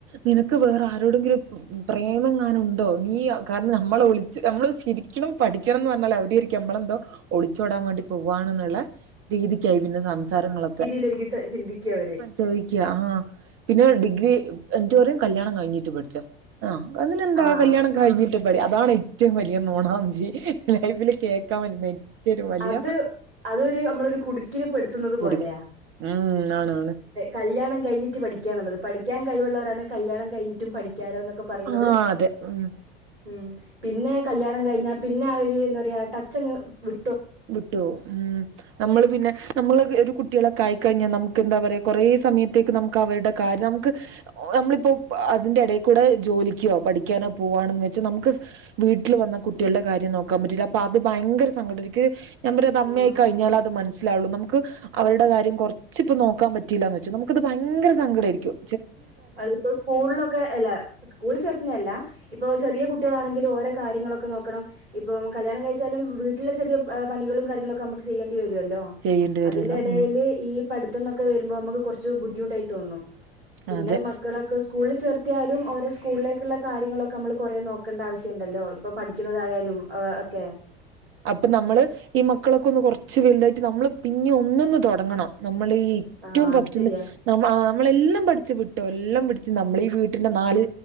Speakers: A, on the right; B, on the right.
A: നിനക്ക് വേറെ ആ ടെങ്കിലും പ്രേമംങ്ങാനും ഉണ്ടോ? നീ കാരണം നമ്മളെ ഒളിച്ച് നമ്മള് ശിരി ക്കും പഠിയ്ക്കണംന്ന് പറഞ്ഞാൽ അവിട്യായിരിക്കും നമ്മളെന്തോ ഒളിച്ചോടാൻ വേണ്ടി പോവുകവാണുള്ള രീതിയ്ക്കായി പിന്നെ സംസാരങ്ങളൊക്കെ
B: രിക്ക്യും ചിന്തിക്ക്യ അവര്
A: ചോയ്ക്ക്യ ആഹ് പിന്നെ ഡിഗ്രി എന്നിട്ട് പറയും കല്യാണം കയിഞ്ഞിട്ട് പഠിച്ചൊ ആഹ് അതിനെന്താ
B: ആഹ്
A: കല്യാണം കഴിഞ്ഞി കുറ്റപടി അതാണ് ഏറ്റവും വലിയ നോണചി ലൈഫില് കേൾക്കാൻ വരുന്ന തരും വലിയ
B: അത് അതൊരു നമ്മളൊരു കുടുക്കില് പെടുത്തുന്നത്
A: കു
B: പോലെയാ
A: ഉം ആണ് ആണ്.
B: കല്യാണം കഴിഞ്ഞിട്ട് പഠിക്കാനുള്ളത് പഠിക്കൻ കഴിവുള്ളവരാണ് കല്യാണം കഴിഞ്ഞിട്ടും പഠിക്കാരോ എന്നൊക്കെ പറയുന്നത്.
A: ആഹ് അതെ ഉം
B: ഉം പിന്നെ കല്യാണം കഴിഞ്ഞാ പിന്നെ ആ ഒര് എന്താ പറയാ ടച്ചങ്ങ് വി
A: വിട്ടു പോകും. ഉം നമ്മള് പിന്നെ നമ്മള് ഒരു കുട്ടികളെക്ക ആയി കഴിഞ്ഞാൽ നമുക്ക് എന്താ പറയാ കുറേ സമയത്തേക്ക് നമുക്ക് അവരുടെ കാര്യം നമുക്ക് നമ്മളിപ്പോ അതിന്റെ ഇടയിൽക്കൂടെ ജോലിക്കുവോ പഠിക്കാനോ പോവാണന്ന് വെച്ചാൽ നമുക്ക് വീട്ടിൽ വന്ന കുട്ടികളുടെ കാര്യം നോക്കാൻ പറ്റില്ല അപ്പൊ അത് ഭയങ്കര സങ്കട എ ഞാൻ പറ അത് അമ്മയായി
B: ആഹ്
A: കഴിഞ്ഞാലൽ അത് മനസ്സിലാവുള്ളു. നമുക്ക് അവരുടെ കാര്യം കുറച്ച ഇപ്പ നോക്കാൻ പറ്റയില്ലാന്ന് വെച്ചാൽ നമുക്കത് ഭയങ്കര സങ്കടമയിരിക്കും.
B: അതിപ്പോ സ്കൂളിലൊക്കെ അല്ല സ്കൂൾ ചേർത്തുന്നല്ല. ഇപ്പൊ ചെറിയ കുട്ടികളാണെങ്കിലും ഓരോ കാര്യങ്ങളൊക്കെ നോക്കണം. ഇപ്പൊ കല്യാണം കഴിച്ചാലും വീട്ടില ചെറിയ പണികള കാര്യങ്ങളൊക്കെ നമുക്ക് ചെയ്യേണ്ടി വരുമല്ലോ?
A: ചെയ്യേണ്ടി വരുല്ലോ
B: അതിന്റെ ഇടയിൽ
A: ഉം
B: ഈ പഠിത്തംന്നൊക്കെ വരുമ്പോ നമുക്ക് കുറച്ച് ബുദ്ധിമുട്ടായി തോന്നും. പിന്നെ
A: അതെ
B: മക്കളൊക്കെ സ്കൂളിൽ ചേർത്തിയാലും ഓര സ്കൂളിലേക്കുള്ള കാര്യങ്ങളൊക്കെ നമ്മൾ കുറേ നോക്കേണ്ട ആവശ്യുണ്ടല്ലോ? ഇപ്പൊ പഠിക്കുന്നതായാലും ഒക്കെ
A: <unintelligible> അപ്പൊ നമ്മള് ഈ മക്കളൊക്കെ ഒന്ന് കൊറച്ച് വലുതായിട്ട് നമ്മള് പിന്നെ ഒന്നൊന്ന് തുടങ്ങണം നമ്മൾ ഈ
B: ആഹ്
A: ഏറ്റവും
B: അത്
A: ഫസ്റ്റ്ന്ന്
B: ശരിയാ
A: ന നമ്മളെല്ലാം പഠിച്ച് വിട്ടോ എല്ലാം പഠിച്ച് നമ്മളീഈ വീട്ടിന്റെ നാല്